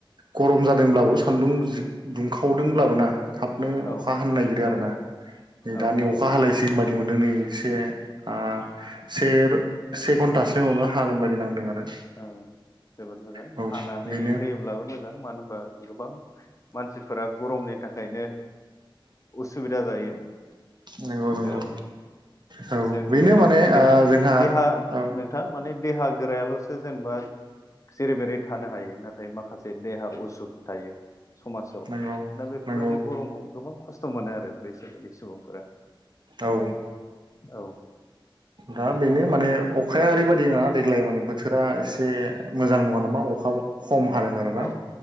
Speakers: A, on the right; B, on the left.
A: गरम जादोंब्लाबो सान्दुं दुंखावदोंब्लाबो ना थाबनो
B: औ
A: अखा हानो नागिरो आरोना नै
B: औ
A: दा नै
B: औ
A: अखा हालायसिगोन बाय दि मोनदों नै एसे आ से से घन्टासो अब्ला हागोन बादि नांदों आरो।
B: औ जोबोद मोजां
A: औ
B: हानानै
A: बेनो
B: होयोब्लाबो मोजां मानो होनबा गोबां मानसिफोरा गरमनि थाखायनो उसुबिदा जायो।
A: नंगौ नंगौ
B: जेराव
A: औ
B: जों
A: बेनो माने
B: देहा
A: ओ जोंहा
B: देहा
A: औ
B: नों थां माने देहा गोरायाल'सो जेनेबा जेरै मेरै थानो हायो नाथाय माखासे देहा उसुख थायो समाजाव
A: नंगौ
B: दा बेफोरबायदि
A: नंगौ
B: गरमाव गोबां खस्थ' मोनो आरो बैसोर बादि सुबुंफोरा
A: औ
B: औ
A: दा बेनो माने अखाया ओरैबायदि ना देग्लाय माने बोथोरा एसे मोजां नङा नामा अखाब खम हादों आरोना
B: औ